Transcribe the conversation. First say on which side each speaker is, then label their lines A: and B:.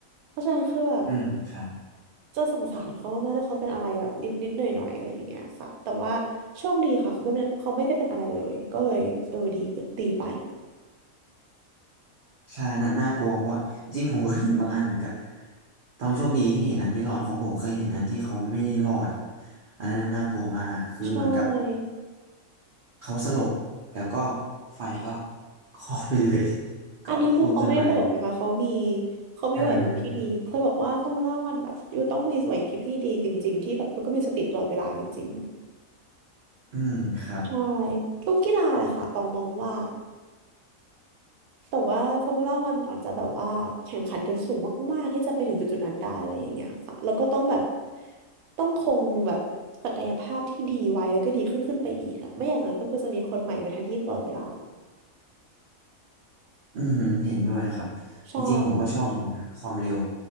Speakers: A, on the right (about 85°); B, on the right (about 65°).
A: เพราะฉะนั้นคือแบบ
B: อืมครับ
A: จะสงสารเขามากๆถ้าเขาเป็นอะไรแบบนิดๆหน่อยๆอะไรอย่างเงี้ยค่ะแต่ว่าโชคดีค่ะเขาไม่เป็นเขาไม่ได้เป็นอะไรเลย ก็เลยเออดีดีไป
B: ใช่น่าน่ากลัวเพราะว่าจริงๆผมก็เห็นบางอันเหมือนกับตองโชคดีที่เห็นอันที่รอดของผมเคยเห็นอันที่เขาไม่ได้รอดอ่ะอันนั้นน่ากลัวมากคือเหมือนกับ
A: ใช่
B: เขาสลบแล้วก็ไฟก็คลอกไปเลย <laughs> ก็พุ่งขึ้นมาเลย
A: อันนี้คือเขาไม่ได้ตลกนะคะเขามีเขามีไหวพริบที่ดีเพื่อบอกว่าฟอร์มูล่าวันแบบอยู่ต้องมีไหวพริบที่ดีจริงๆที่แบบมันก็มีสติตลอดเวลาจริง
B: อ่าอืมครับ
A: ๆใช่ทุกกีฬาแหละค่ะต้องมองว่า แต่ว่าฟอร์มูล่าวันอาจจะแบบว่าแข่งขันกันสูงมากๆที่จะไปถึงจุดๆนั้นได้อะไรอย่างเงี้ยค่ะแล้วก็ต้องแบบต้องคงแบบศักยภาพที่ดีไว้แล้วก็ดีขึ้นขึ้นไปอีกอะไม่อย่างนั้นก็คือจะมีคนใหม่มาแทนที่ตลอดเวลา
B: อือหือเห็นด้วยครับจริงๆผมก็ชอบเหมือนกันนะความเร็ว
A: ใช่